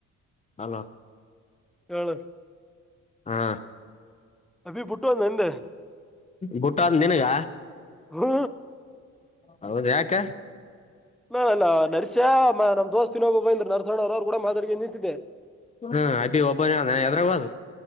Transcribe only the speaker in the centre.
ಹೇಳು
ಅಭಿ ಬಿಟ್ಟು ಹೋದನೆಲೆ
ಹೂ
ನ ಅಲ್ಲ ನರಸ್ಯಾ ನಮ್ಮ ದೋಸ್ತ್ ಇನ್ನೊಬ್ಬಂದ್ರ ನರಸವಣ್ಣ ಅವರ ಅವ್ರು ಕೂಡ ಮಾತಾಡ್ಕೊಂಡು ನಿಂತಿದ್ದಿದೆ